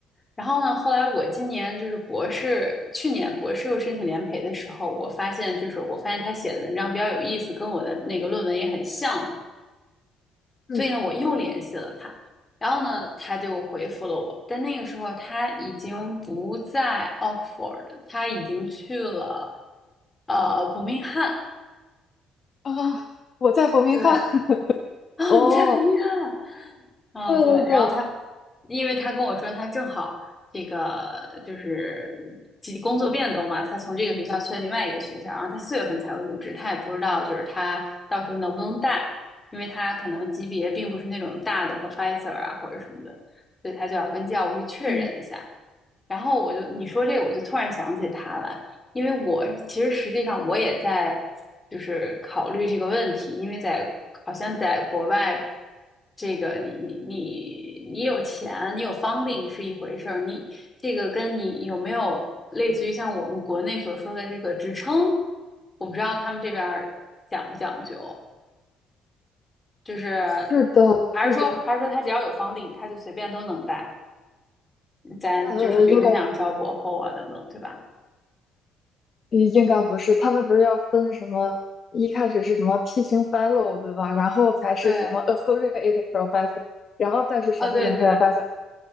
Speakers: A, on the left; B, on the left.
A: 然后呢，后来我今年就是博士，去年博士又申请联培的时候，我发现就是我发现他写的文章比较有意思，跟我的那个论文也很像嘛，
B: 嗯
A: 所以呢，我又联系了他。然后呢，他就回复了我，但那个时候他已经不在 Oxford，他已经去了呃伯明翰。
B: 啊，我在伯明翰。
A: 对，
B: <laughs>
A: 哦，
B: 哦，
A: 你在伯明翰。啊，
B: 对对对，
A: 对，然后他，因为他跟我说他正好这个就是几工作变动嘛，他从这个学校去了另外一个学校，然后他四月份才会入职，他也不知道就是他到时候能不能带，因为他可能级别并不是那种大的 professor 啊或者什么的，所以他就要跟教务去确认一下。
B: 嗯，
A: 然后我就你说这个，我就突然想起他来，因为我其实实际上我也在就是考虑这个问题，因为在好像在国外，这个你你你你有钱，你有 funding 是一回事儿，你这个跟你有没有类似于像我们国内所说的这个职称，我不知道他们这边儿讲不讲究，就是
B: 是的，
A: 还是说还是说他只要有
B: 是的，
A: funding，他就随便都能带，咱就是比如说像招博后啊等等，
B: 呃，应该
A: 对吧？
B: 嗯应该不是，他们不是要分什么，一开始是什么 teaching fellow 对吧？然后才是什么
A: 对，
B: associate professor，然后再是什么什么
A: 啊对对，
B: professor，